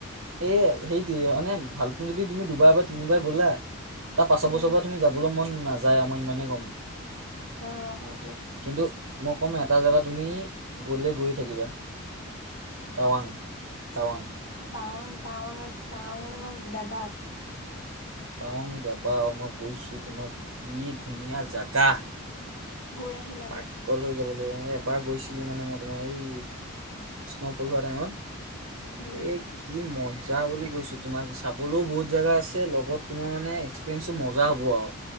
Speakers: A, on the right (about 75°); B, on the left (about 60°).
A: এই সেইটোৱেই মানে ভালুকপুং যদি তুমি দুবাৰ বা তিনিবাৰ গ'লা তাৰ পাচৰ
B: উম
A: বছৰৰ পৰা তুমি যাবলৈ মন নাযায় আৰু মই ইমানেই ক'ম।
B: অঁহ সেইটোৱেই।
A: কিন্তু মই ক'ম এটা জেগা তুমি গ'লে গৈ থাকিবা। টাৱাং টাৱাং।
B: অ টাৱাং টাৱাংত টাৱাংত আমাৰ দাদা আছে।
A: টাৱাং যাবা অ' মই কৈছো তোমাক কি ধুনীয়া জাগা।
B: গৈ আহিল
A: পাৰ্ক কলৈ যাবলৈ অঁ। এবাৰ গৈছিলো মানে মই তোমাৰ এই স্ন'ফল হোৱা টাইমত?
B: উম অ
A: এই কি' ম যা বুলি কৈছো, তোমাক চাবলৈও বহুত জোগা আছে লগত তোমাৰ মানে এক্সপিৰিয়েনছটো মজা হ'ব আৰু।